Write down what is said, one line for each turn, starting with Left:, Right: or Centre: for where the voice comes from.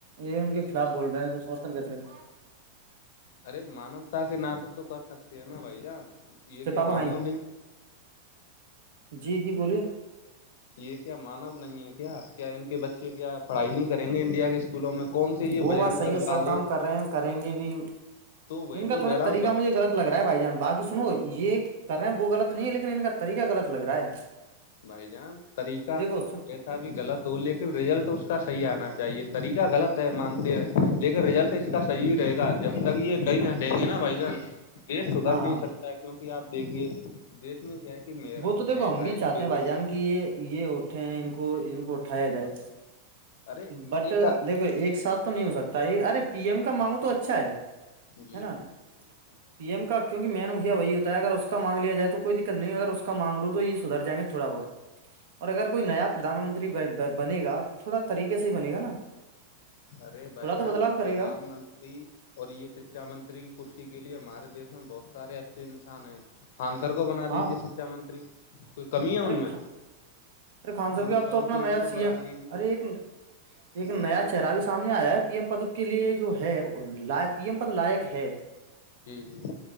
Right: یہ ان کے خلاف بول رہے ہیں تو سمرتھن کتے کرے
Left: ارے مانوتا کے ناط تو کر سکتے ہیں نا بھائی جان یہ کیا
Right: پابا بھائی
Left: مانو نہیں
Right: جی جی بولیے
Left: یہ کیا مانو نہیں ہے کیا کیا ان کے بچے کیا پڑھائی نہیں کریں گے انڈیا کے اسکولوں میں کون سےی یہ
Right: وہ
Left: بجرنگ
Right: بات صحیح
Left: دل
Right: ہے سب
Left: والے
Right: کام کر رہے ہیں کریں گے بھی
Left: تو وہی
Right: ان
Left: تو
Right: کا تھوڑا
Left: کہہ رہا
Right: طریقہ
Left: ہوں
Right: مجھے گغط لگ رہا ہے بھائی جان بقی سنو یہ کر رہے ہیں وہ غط نہیں ہے لیکن ان کا طریقہ غلط لگ رہا ہے
Left: بھائی جان طریقہ
Right: دیکھو سن،
Left: ا بھی غلط ہو لیکن رزلٹ اس کا صحیح آنا چاہیے طریقہ غلط ہے مانتے ہیں لیکھن رزلٹ اس کا صحیح رہے گا جب تک یہ نہیں ہٹیں گے نا بھائی جان دیش سدھر
Right: ہاں
Left: نہیں
Right: ہاں
Left: سکتا ہے کیونکہ آپ دیکھیے دیش میں کیا ہے کہ م
Right: وہ تو دیکھو
Left: مہنگائی
Right: ہم بھی چاہتے
Left: بے روزگاری
Right: بھائی جان کی یہ یہ اٹھے ہیں ان کو ان کو اٹھایا جائے
Left: ارے
Right: بٹ
Left: ایک
Right: دیکھو ایک ساتھ تو نہیں ہو سکتا یہ ارے پی ایم کا مانگو تو اچھا ہے
Left: جی
Right: ہے نا پی ایم کا کیونکہ مین مکھیا وہی ہوتا ہے اگر اس کا مانگیا جائے تو کوئی دقت نہیں اگر اس کا مان لو تو اس ادھر جائیں گے تھوڑا بہت اور اگر کوئی نیا پردھان منتری بنے گا تو تھوڑا طریقے صحی بنے گ نا
Left: ارے
Right: تھوڑا
Left: بھائی
Right: تو
Left: جان
Right: بدلاؤ کرے
Left: پردھان
Right: گا
Left: منتری اور یہ شکچھا منتری کی کرسی کے لیے ہمارے دیش میں بہت سارے اچھے انسان ہیں خانسر کو بنا
Right: ہاں
Left: دیجیے سکھا منتری کوئی کمی ہے
Right: ارے
Left: ان میں
Right: ارے خان
Left: سونم
Right: صاحب اب
Left: وانگچو
Right: تو اپنا نیا
Left: جی کو
Right: سی
Left: بنا
Right: ایم
Left: دیجیے
Right: ارے ایک ایک
Left: جی جی
Right: نیا چرہ بھی سامنے آیا ہے پی ایم پد کے لیے جو ہے پی ایم پد لائق ہے
Left: جی جی